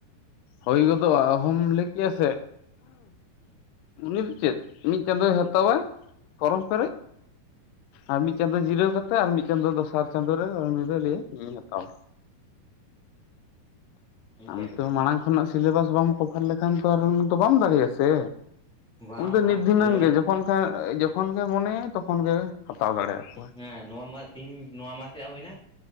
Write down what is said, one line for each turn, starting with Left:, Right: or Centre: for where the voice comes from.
Left: ᱦᱩᱭ ᱜᱚᱫᱚᱜᱼᱟ ᱟᱨᱦᱚᱢ ᱞᱟᱹᱭ ᱠᱮᱭᱟ ᱥᱮ
Centre: ᱦᱩᱸ ᱾
Left: ᱩᱱᱤ ᱫᱚ ᱪᱮᱫ ᱢᱤᱫ ᱪᱟᱸᱫᱳᱭ ᱦᱟᱛᱟᱭᱟ ᱯᱷᱚᱨᱚᱢ ᱯᱮᱨᱮᱡ ᱟᱨ ᱢᱤᱫ ᱪᱟᱸᱫᱳ ᱡᱤᱨᱟᱹᱣ ᱠᱟᱛᱮᱫ ᱟᱨ ᱢᱤᱫ ᱪᱟᱸᱫᱚ ᱫᱚᱥᱟᱨ ᱪᱟᱸᱫᱳ ᱨᱮ ᱩᱱᱤ ᱫᱚ ᱞᱟᱹᱭ ᱤᱧᱤᱧ ᱦᱟᱛᱟᱣᱟ
Centre: ᱦᱩᱧ ᱪᱮᱠ
Left: ᱟᱢ
Centre: ᱫᱟ
Left: ᱛᱚ
Centre: ᱠᱮᱥ
Left: ᱢᱟᱲᱟᱝ
Centre: ᱫᱚ
Left: ᱠᱷᱚᱱᱟᱜ ᱥᱤᱞᱮᱵᱟᱥ ᱵᱟᱢ ᱠᱚᱵᱷᱟᱨ ᱞᱮᱠᱷᱟᱱ ᱫᱚ ᱵᱟᱢ ᱫᱟᱲᱮᱭᱟᱜᱼᱟ ᱥᱮ
Centre: ᱵᱟᱝ
Left: ᱩᱱ ᱫᱚ
Centre: ᱵᱟᱝ
Left: ᱱᱤᱛ ᱫᱷᱤᱱᱟᱹᱝ
Centre: ᱥᱤᱞᱮᱵᱟᱥ
Left: ᱜᱮ ᱡᱚᱠᱷᱚᱱ ᱠᱷᱟᱱ ᱡᱚᱠᱷᱚᱱ ᱜᱮ ᱢᱚᱱᱮᱭᱟᱭ ᱛᱚᱠᱷᱚᱱ ᱜᱮ᱾ ᱦᱟᱛᱟᱣ ᱫᱟᱲᱮᱭᱟᱠᱚᱣᱟᱭ
Centre: ᱦᱮᱸ ᱱᱚᱣᱟ ᱢᱟ‌ᱥ ᱛᱮᱦᱤᱧ ᱱᱚᱣᱟ ᱢᱟᱥ ᱨᱮᱭᱟᱜ ᱦᱩᱭᱱᱟ